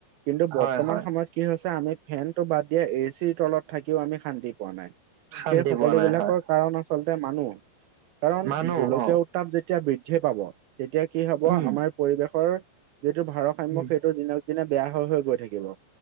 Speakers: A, on the right (about 80°); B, on the right (about 65°).
A: কিন্তু বৰ্তমান
B: হয় হয়
A: সময়ত কি হৈছে আমি ফেনটো বাদ দিয়া, এ চিৰ তলত থাকিও আমি শান্তি পোৱা নাই।
B: শান্তি
A: সেই সকলোবিলাকৰ
B: পোৱা নাই হয়
A: কাৰণ আচলতে মানুহ। কাৰণ
B: মানুহ
A: গোলকীয়
B: অ
A: উত্তাপ যেতিয়া বৃদ্ধি পাব তেতিয়া কি হ'ব
B: উম
A: আমাৰ পৰিৱেশৰ যিটো ভাৰসাম্য
B: উম
A: সেইটো দিনক দিনে বেয়া হৈ হৈ গৈ থাকিব